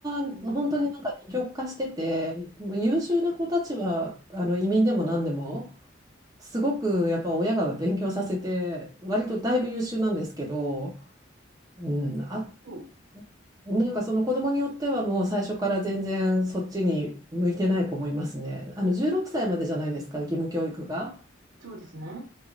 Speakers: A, on the right; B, on the right.
A: は本当になんか二極化してて、
B: うん、
A: まあ優秀な子たちはあの移民でも何でも。すごくやっぱ親が勉強させて、割とだいぶ優秀なんですけど、うん、あ、
B: そう、
A: なんかその子供によってはもう最初から全然そっちに向いてない子もいますね。あの16歳までじゃないですか、義務教育が。
B: そうですね。